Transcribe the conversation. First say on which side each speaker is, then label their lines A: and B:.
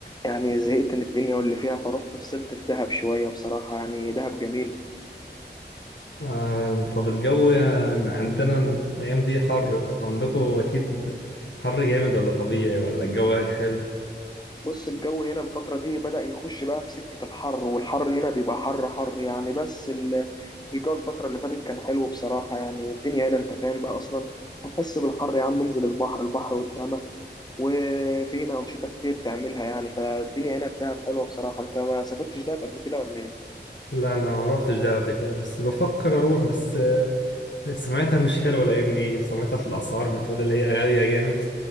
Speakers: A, on the left; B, on the left.
A: يعني زهقت من الدنيا واللي فيها فروحت فصلت في دهب شوية بصراحة يعني دهب جميلة
B: آه طب الجو يعني عندنا الايام دي حر طب عندكم اكيد حر جامد ولا طبيعي ولا الجو حلو
A: بص الجو هنا الفترة دي بدأ يخش بقى في سكة الحر والحر هنا بيبقى حر حر يعني بس ال- الجو الفترة اللي فاتت كان حلو بصراحة يعني الدنيا هنا انت فاهم بقى أصلا هتحس بالحر يا عم انزل البحر البحر قدامك وفي هنا أنشطة كتير تعملها يعني فالدنيا هنا في دهب حلوة بصراحة أنت ما سافرتش دهب قبل كده ولا إيه؟
B: لا انا ما روحتش دهب قبل كده بس بفكر اروح بس سمعتها مش حلوة الأيام دي سمعتها في الأسعار بتقول اللي هي غالية جامد